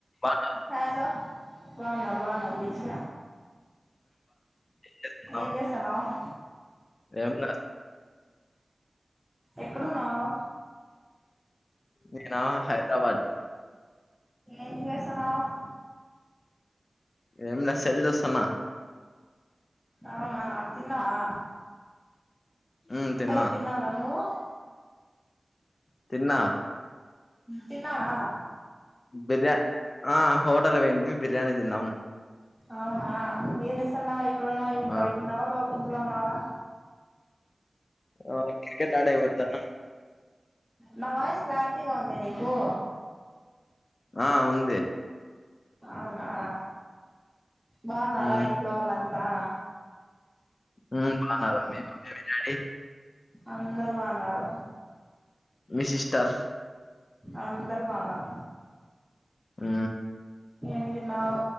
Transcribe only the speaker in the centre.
హలో బాగున్నా బాగున్నావ దీక్ష
ఏం చేస్తానవ్
ఎక్కడున్నావ్
ఎం చేస్తున్నావ్
అవునా తిన్నావా
లే తినాలే నువ్వు
తిన్నావా
అవునా ఏం చేస్తున్నావ్ ఎక్కడున్నావ్ ఇప్పుడు
బయటున్నావా లో ఇంట్లో ఉన్నావా
నా వాయిస్ క్లారిటీగా ఉంది నీకు
అవునా బాగున్నారా
ఇంట్లో వాళ్ళంతా
అందరు బాగున్నారు
అందరు బాగున్నారు
ఎం తిన్నావ్